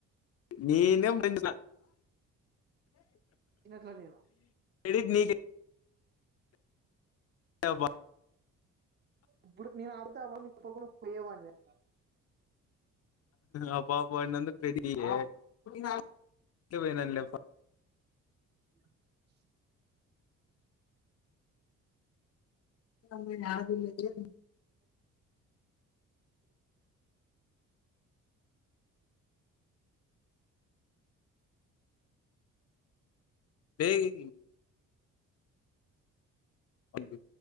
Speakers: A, on the left; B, on the right.
A: న
B: తినట్లా నేను
A: ఎడిట్ నీకే బా
B: ఇప్పుడు నేను అడుగుతా <unintelligible> పోయ్యేవానివా
A: అ పాప వాన్నందు రెడియే పోయినా ఇట్లే పోయిన్సన్లేప్ప
B: ఆపుతావు <unintelligible>
A: <unintelligible> లేయ్ పంపి